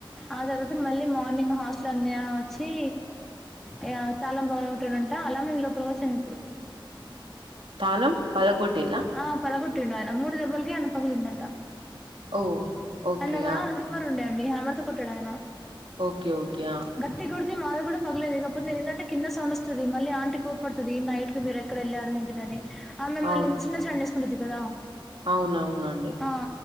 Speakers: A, in the centre; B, on the right.
A: ఆ తర్వాత మళ్ళీ మార్నింగ్ హాస్టల్ అన్నయ్య వచ్చి ఇగ తాలం పగల కొట్టడంటా అలా మే లోపలకి వచేశాం ఇప్పుడు
B: తాలం పగల గొట్టిలా
A: ఆ పగలగొట్టిండు అయన మూడు దెబ్బలకి ఎమో పగిలిందంత
B: ఓ ఓకే
A: ఆయన దగ్గర
B: ఆ
A: హ్యామర్ ఉండేయండి హ్యామర్ తో కొట్టాడు ఆయన
B: ఓకే ఓకే ఆ
A: గట్టిగ కొడితే మాది కూడా పగలేదు కాపోతే నేను ఏదంటే కింద సౌడ్ వస్తది మళ్ళీ ఆంటికి కోపడతది నైట్లో మీరు ఎక్కడ వెళ్ళారు ఎంటిదని ఆ మిమ్మల్ని
B: అవును
A: మిస్ అండర్స్టాండ్ చేసుకుంటది కదా
B: అవునవునండి
A: ఆ